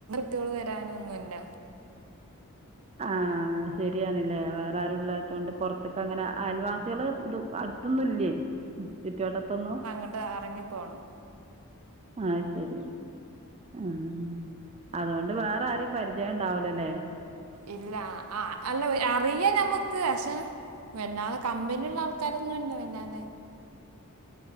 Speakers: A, on the right (about 70°); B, on the right (about 30°).
A: <unintelligible> വരാനൊന്നുല്ല
B: ആ ശരിയാണില്ലേ വേറെ വരുള്ളതണ്ട് പുറത്തൊക്കെ അങ്ങനെ അയൽവാസികള് അടുത്തൊന്നും ഇല്ലേ ചുറ്റുവട്ടത്തൊന്നും.
A: അ അറങ്ങിപ്പോണം
B: ആ ശരി ആ അതുകൊണ്ട് വേറെ ആരെയും പരിചയം ഉണ്ടാവുലല്ലേ?
A: ഇല്ല ആ അല്ല അറിയാ ഞമ്മുക്ക് പക്ഷെ <unintelligible> കമ്പനിയ ആൾക്കാരൊന്നുല്ല <unintelligible>